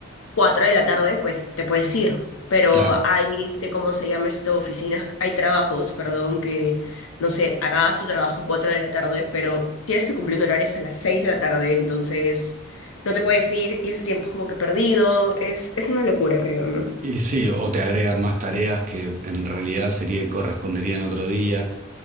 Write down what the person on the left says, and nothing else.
4 de la tarde, pues te puedes ir. Pero
hay, este, ¿cómo se llama esto? Oficinas, hay trabajos, perdón, que, no sé, acabas tu trabajo 4 de la tarde, pero tienes que cumplir un horario hasta las 6 de la tarde, entonces no te puedes ir y ese tiempo es como que perdido. Es, es una locura, creo, ¿no?